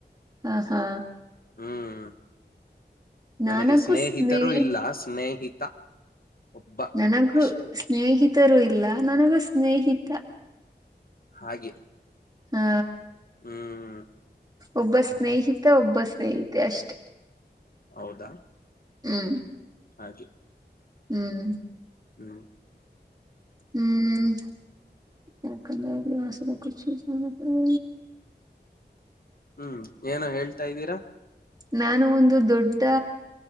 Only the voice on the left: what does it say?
ಹ್ಮ್
ನನಗೆ ಸ್ನೇಹಿತರೂ
ಇಲ್ಲ ಸ್ನೇಹಿತ ಒಬ್ಬ
ಅಷ್ಟೆ
ಹಾಗೆ
ಹ್ಮ್
ಹೌದಾ
ಹಾಗೆ
ಹ್ಮ
ಹೂ ಏನ ಹೇಳ್ತಾ ಇದ್ದೀರಾ